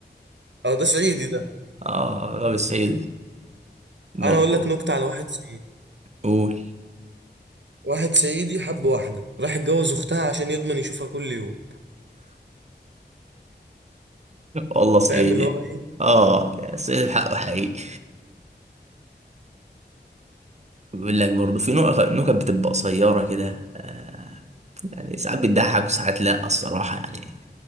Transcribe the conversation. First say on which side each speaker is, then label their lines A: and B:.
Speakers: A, on the right; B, on the right.
A: اه ده صعيدي ده
B: اه غبي صعيدي المخ
A: انا اقول لك نكتة على واحد صعيدي
B: قول
A: واحد صعيدي حب واحدة راح اتجوز اختها عشان يضمن يشوفها كل يوم
B: والله صعيدي
A: فاهم اللي هو ايه
B: اه صعيدي الحق حقيقي بيقول لك برضه في نكت نكت بتبقى قصيرة كده آه، يعني ساعات بتضحك وساعات لا الصراحة يعني